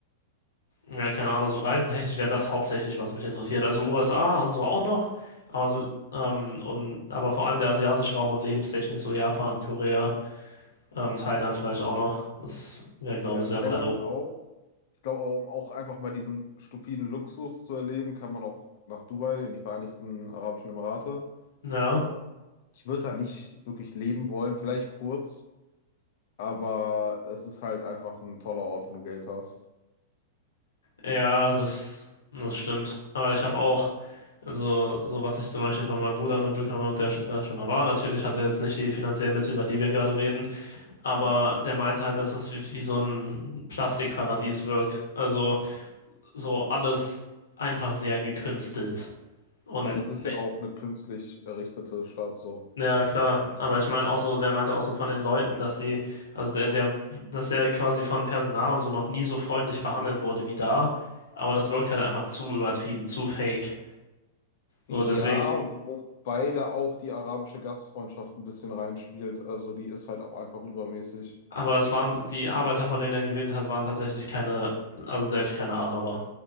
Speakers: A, on the left (about 90°); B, on the left (about 60°).
A: ja, keine Ahnung, so reisetechnisch wäre das hauptsächlich, was mich interessiert. Also USA und so auch noch, aber so ähm, und aber vor allem der asiatische Raum und lebenstechnisch so Japan, Korea, ähm, Thailand vielleicht auch noch. Das wäre, glaube
B: Ja,
A: ich,
B: Thailand
A: sehr weit oben.
B: auch. Ich glaube, um auch einfach mal diesen stupiden Luxus zu erleben, kann man auch nach Dubai, in die Vereinigten Arabischen Emirate.
A: Ja.
B: Ich würde da nicht wirklich leben wollen, vielleicht kurz, aber es ist halt einfach ein toller Ort, wenn du Geld hast.
A: Ja, das, das stimmt. Aber ich habe auch, also so was ich zum Beispiel von meinem Bruder mitbekommen habe, der sch- da schon mal war. Natürlich hat er jetzt nicht die finanziellen Mittel, über die wir gerade reden, aber
B: Ja.
A: der meint halt, dass das wie, wie so ein Plastikparadies wirkt. Also so alles einfach sehr gekünstelt. Und
B: Ich meine, es ist
A: ne,
B: ja auch eine künstlich errichtete Stadt so.
A: ja klar, aber ich meine auch so, der meinte auch so von den Leuten, dass sie, also der, der, dass der quasi von Personal und so noch nie so freundlich behandelt wurde wie da. Aber das wirkt halt einfach zu übertrieben, zu fake. So,
B: Ja,
A: deswegen,
B: wobei da auch die arabische Gastfreundschaft ein bisschen reinspielt. Also die ist halt auch einfach übermäßig.
A: aber es waren, die Arbeiter, von denen er geredet hat, waren tatsächlich keine, also selbst keine Araber,